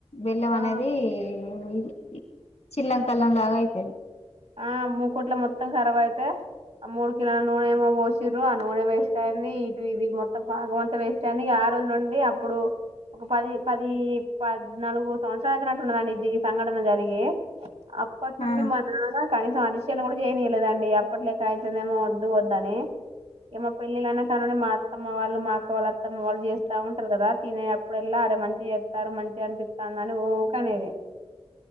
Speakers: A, on the left (about 85°); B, on the right (about 70°).
A: బెల్లం
B: ఆ
A: అనేదీ ఇది చిల్లంకల్లం లాగా అయిపోయేది
B: ఆ మూకుట్లో మొత్తం కరాబ్ అయితే ఆ మూడు కిలోల నూనె ఏమో పోసిర్రు ఆ నూనె వేసి సంది ఇటు ఇది మొత్తం పాకం అంత వేస్ట్ అనీ ఇగ ఆ రోజు నుండి అప్పుడు ఒక పది పది పద్నాలుగు సంవత్సరాలు అయితునట్టున్నది అండి ఈ సంఘటన జరిగి అప్పట్నుండి
A: ఆ
B: మన మా నాన్న కనీసం అరిషలు కూడా చేయనీయలేదండి అప్పట్లెక్క అయితదేమో వద్దు వద్దని ఏమో పేళ్ళి లైన కానుండి మా అత్తమ్మ వాళ్ళు మా అక్క వాళ్ళ అత్తమ్మ వాళ్ళు చేస్తా ఉంటారు కదా తినే అప్పుడు ఎళ్ళా అరే మంచిగా చేత్తారు మంచిగా అనిపిత్తా ఉందని వోకానేది